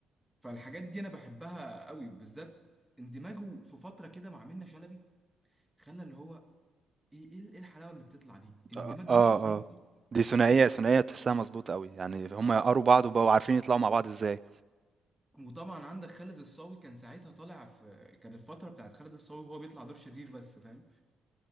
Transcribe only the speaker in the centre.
فالحاجات دي انا بحبها قوي بالذات اندماجه في فتره كده مع منة شلبي خلى اللي هو ايه ايه إيه الحلاوه اللي بتطلع دي اندماج
مش طبيعي
آه،
آه،
وطبعا عندك خالد الصاوي كان ساعتها طالع في كان الفتره بتاعت خالد الصاوي وهو بيطلع دور شرير بس فاهم